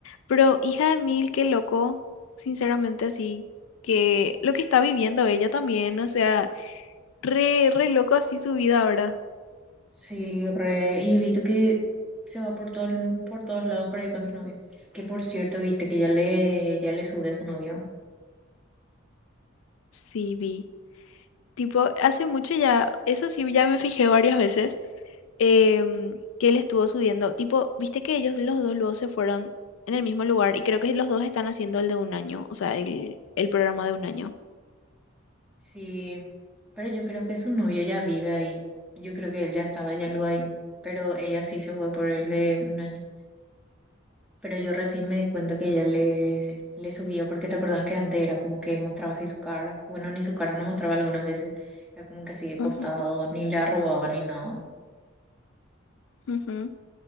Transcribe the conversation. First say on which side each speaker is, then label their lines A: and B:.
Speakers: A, on the left (about 75°); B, in the centre.
A: Pero hija de mil, qué loco. Sinceramente, así que lo que está viviendo ella también. O sea, re, re loco así su vida ahora.
B: sí, re. Y he visto que se va por todo, el- por todos lados por ahí con su novio. Que por cierto, viste que ya le, ya le sube a su novio.
A: Sí, vi. Tipo, hace mucho ya, eso sí, ya me fijé varias veces. em, que él estuvo subiendo. Tipo, viste que ellos los dos luego se fueron en el mismo lugar y creo que los dos están haciendo el de un año, o sea, el, el programa de un año.
B: Sí, pero yo creo que su novio ya vive ahí. Yo creo que él ya estaba ya luego ahí, pero ella sí se fue por él de un año. Pero yo recién me di cuenta que ella le, le subía, porque te acordás que antes era como que mostraba así su cara. Bueno, ni su cara no mostraba algunas veces. Era como que así de
A: Ujú,
B: costado, ni le arrobaba ni nada.
A: ujú.